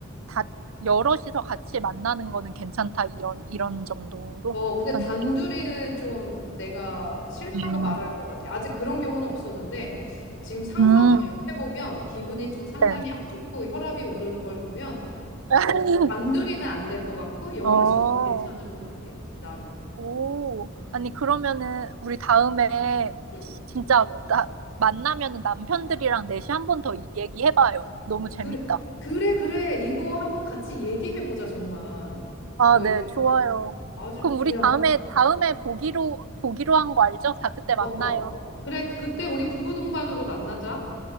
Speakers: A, on the right (about 80°); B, on the left (about 60°).
A: 다, 여럿이서 같이 만나는 거는 괜찮다, 이런, 이런 정도로
B: 어, 근데
A: 하는.
B: 단둘이는 좀 내가 싫다고
A: 음.
B: 말할 것 같아. 아직 그런 경우는 없었는데 지금 상상을
A: 음.
B: 해보면 기분이 좀 상당히
A: 네.
B: 안 좋고 혈압이 오르는 걸 보면 어,
A: <laughs>
B: 단둘이는 안 될 것 같고 여럿이
A: 어,
B: 괜찮을 것 같아. 나는.
A: 오.
B: 음,
A: 아니,
B: 음,
A: 그러면은, 우리 다음에,
B: 음.
A: 시- 진짜, 나, 만나면은 남편들이랑 넷이 한 번 더 얘기해봐요. 너무 재밌다.
B: 그래, 그래, 그래. 이거 한번 같이 얘기해보자, 정말. 그거에
A: 아, 네,
B: 대해서.
A: 좋아요.
B: 아주,
A: 그럼 우리
B: 야,
A: 다음에, 다음에 보기로, 보기로 한 거 알죠? 다 그때 만나요.
B: 어, 어. 그래, 그때 우리 부부 동반으로 만나자.